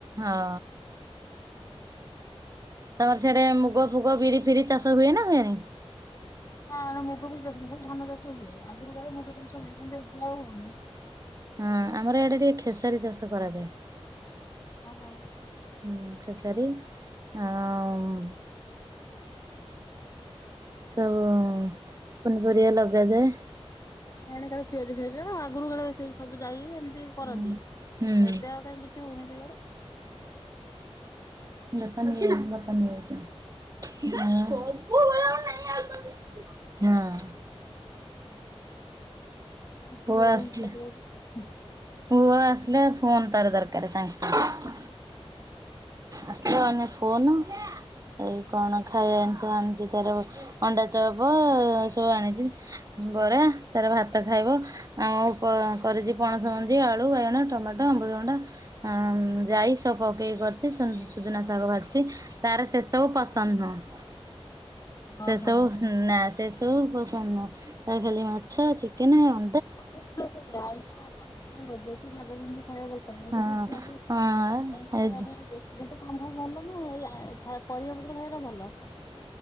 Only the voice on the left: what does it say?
<inaudible>
ନା ନା ମୁଗ <inaudible> ଧାନ ଚାଷ ହୁଏ ଆଗରୁ କାଳେ ମୁଗ ଚାଷ ହୁଏ କିନ୍ତୁ ଏବେଆ ହଉନି।
ଓ ହୋ।
ଏଣେ କାଳେ ପିଆଜ ଫିଆଜ ଆଗରୁ କାଳେ ସେଇ ସବୁ ଯାଇ
କରନ୍ତି
ଏବେ ଆଉ କାହିଁ କିଛି ହଉନି ଇଆଡେ।
<inaudible>
ଓହୋ।
ଓହୋ।
<inaudible> ଖାଇବାକୁ ଭଲ ପାଆନ୍ତିନି <inaudible> ଆଇଁଷ ବାବା <inaudible>
କଣ ଖାଇବା ଭଲ
ନ ଏଇ ଆ‌ ପରିବା ପତ୍ର ଖାଇବା ଟା ଭଲ।